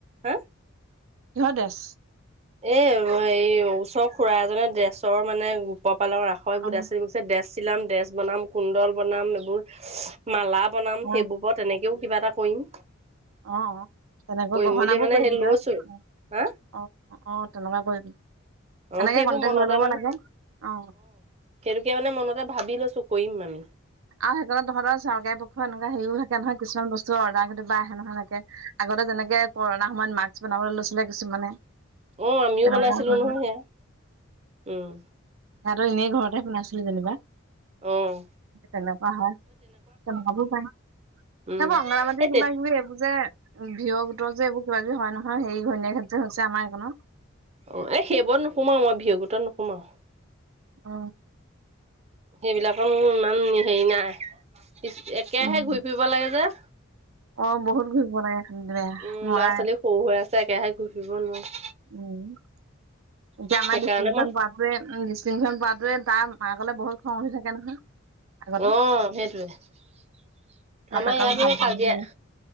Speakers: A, on the right (about 30°); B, on the right (about 80°).
A: হে।
B: কিহৰ ড্ৰেছ
A: এ হেৰি ওচৰৰ খুৰা এজনে ড্ৰেছৰ মানে গোপত পালৰ আখয়বোৰ
B: অ
A: ড্ৰেচ আনিছে দে চিলাম ড্ৰেছ বনাম কুণ্ডল বনাম এইবোৰ মালা বনাম
B: অ
A: সেইবুকত তেনেকেওঁ কিবা এটা কৰিম।
B: অ অ তেনেকৈ
A: কৰিম
B: গহনাবোৰ
A: বুলি মানে
B: কৰিবি
A: সেই
B: তই।
A: লৈছোৱে
B: অ
A: হা
B: অ অ তেনকা কৰিবি
A: অ
B: এনেকে
A: সেইবোৰ
B: কণ্টেক্ট
A: মনতে
B: লৈ ল'ব
A: মানে
B: লাগে, অ
A: সেইটোকে মানে মনতে ভাবি লৈছো কৰিম আমি।
B: আৰু সেইকাৰণত তহঁতৰ চৰকাৰী পক্ষ এনেকোৱা হেৰিও থাকে নহয়, কিছুমান বস্তু অৰ্ডাৰ কিবা আহে নহয় এনেকে, আগতে যেনেকে কৰোণাৰ সময়ত মাস্ক বনাবলৈ লৈছিলে কিছুমানে।
A: অ আমিও
B: তেনেকুৱা
A: বনাইছিলো
B: হয়
A: নহয়
B: যে
A: সেয়া। উম।
B: তহাতক এনেই ঘৰতে শুনাইছিলে যেনিবা।
A: অহ।
B: তেনেকোৱা হয় তেনেকোৱাবোৰ পায়। সেইবোৰ
A: উম
B: অংগৰাবাদী
A: এই
B: কিবা
A: তে
B: কিবি এইবোৰ যে ভিঅ গোটৰ যে এইবোৰ কিবাকিবি হয় নহয় হেই ঘৈনীয়েক হেত যে হৈছে আমাৰ এইখনত।
A: অ এই সেইবোৰত নোসোমাওঁ মই ভী অ গোতত নু সোমাও
B: অ।
A: সেইবিলাকৰ মোৰ ইমান হেৰি নাই একেৰাহে
B: উম।
A: ঘূৰি ফুৰিব লাগে যে।
B: অ বহুত ঘূৰিব লাগে খালী দে
A: উম,
B: নোৱাৰে।
A: ল'ৰা ছোৱালী সৰু হৈ একেৰাহে ঘূৰি ফুৰিব নোৱাৰোঁ।
B: উম এতিয়া আমাৰ
A: সেইকাৰণে
B: ডিষ্টিংচন
A: মই
B: পোৱাটোৱে উ ডিষ্টিংচন পোৱাটোৱে তাৰ মা কলে বহুত খং উঠি থাকে নহয়। আগতে
A: অহ সেইটোৱে। আমাৰ
B: বাপেকক
A: ইয়াতো
B: ভাল
A: সে
B: পাওঁ
A: কাজিয়া,
B: বুলি কয়